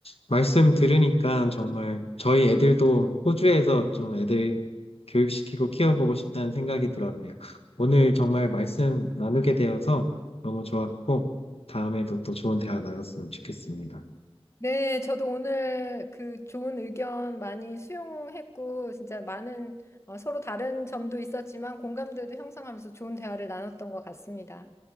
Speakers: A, on the left; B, on the left.
A: 말씀 들으니까 정말 저희 애들도 호주에서 좀 애들 교육시키고 키워보고 싶다는 생각이 들었네요. 오늘 정말 말씀 나누게 되어서 너무 좋았고, 다음에도 또 좋은 대화 나눴으면 좋겠습니다.
B: 네, 저도 오늘 그 좋은 의견 많이 수용했고, 진짜 많은 어, 서로 다른 점도 있었지만 공감대도 형성하면서 좋은 대화를 나눴던 것 같습니다.